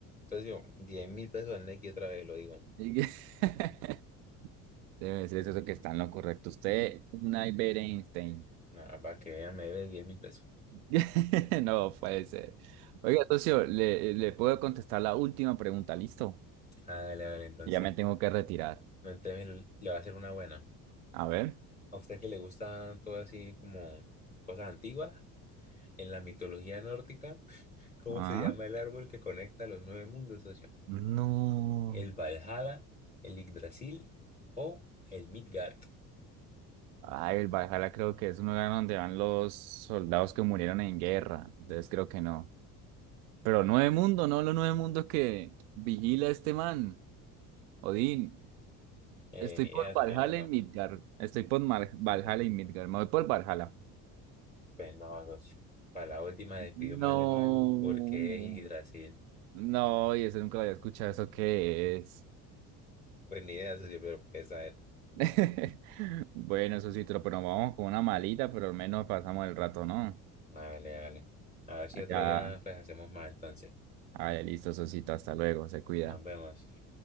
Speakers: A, on the left; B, on the right.
A: Socio, diez mil pesos al Nequi otra vez, lo digo.
B: Diga- <laughs> Debe ser eso que está en lo correcto. Usted, un Albert Einstein.
A: Nada, para que vea, me debe diez mil pesos.
B: <laughs> No puede ser. Oiga, socio, le, le puedo contestar la última pregunta, ¿listo?
A: Hágale, hágale, entonces.
B: Ya me tengo que retirar.
A: Entonces le le voy a hacer una buena.
B: A ver.
A: A usted que le gusta todo así como cosas antiguas, en la mitología nórdica, <laughs> ¿cómo
B: Ah,
A: se llama el árbol que conecta los nueve mundos, socio?
B: no.
A: ¿El Valhalla, el Yggdrasil o el Midgard?
B: Ay, el Valhalla creo que es un lugar donde van los soldados que murieron en guerra. Entonces creo que no. Pero
A: Ujú.
B: Nueve Mundo, no los Nueve Mundos que vigila este man, Odín.
A: Eh,
B: Estoy
A: ni
B: por
A: idea,
B: Valhalla
A: socio, la verdad.
B: y Midgard. Estoy por Mar- Valhalla y Midgard. Me voy por Valhalla.
A: Pues no, socio. Para la última despidió
B: No.
A: mal de nuevo porque es Yggdrasil.
B: No, y eso nunca lo había escuchado. ¿Eso qué es?
A: Pues ni idea, socio, pero pues a ver.
B: <laughs> Bueno, eso sí, pero pero vamos con una malita, pero al menos pasamos el rato, ¿no?
A: Vale, vale. A ver si
B: Allá.
A: otro día pues hacemos más entonces.
B: Ah, listo, Sosito. Hasta luego. Se cuida.
A: Nos vemos.